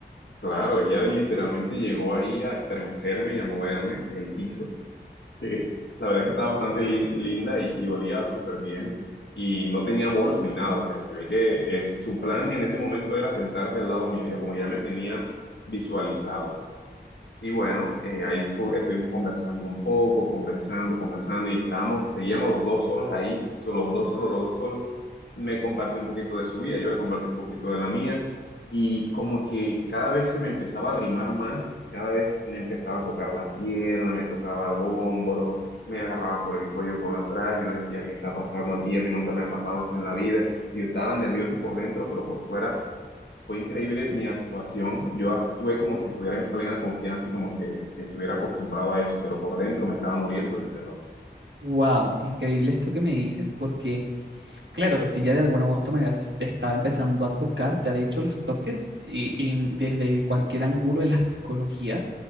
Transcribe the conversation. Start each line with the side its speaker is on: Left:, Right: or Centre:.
Left: Claro, ella literalmente llegó ahí a estremecerme y a moverme el piso. Sí, la verdad es que estaba bastante li- linda y, y olía súper bien y no tenía bolso ni nada, o sea, se ve que es, su plan en ese momento era sentarse al lado mío, ya como ya me tenía visualizado. Y bueno, eh, ahí fu- estuvimos conversando un poco, conversando, conversando y estábamos, seguíamos los dos solos ahí, solo los dos solos, los dos solos. Me compartió un poquito de su vida, yo le compartí un poquito de la mía y como que cada vez se me empezaba a arrimar más, cada vez me empezaba a tocar la pierna, me tocaba el hombro, me agarraba por el cuello por atrás, yo decía, ¿qué está pasando aquí? A mí nunca me ha pasado esto en la vida y yo estaba nervioso por dentro, pero por fuera fue increíble mi actuación. Yo actué como si estuviera en plena confianza y como que si estuviera acostumbrado a eso, pero por dentro me estaba muriendo del terror
Right: Wow, increíble esto que me dices, porque claro, si ya de alguna u otra manera s- te estaba empezando a tocar, ya de hecho los toques y, y desde cualquier ángulo de la <laughs> psicología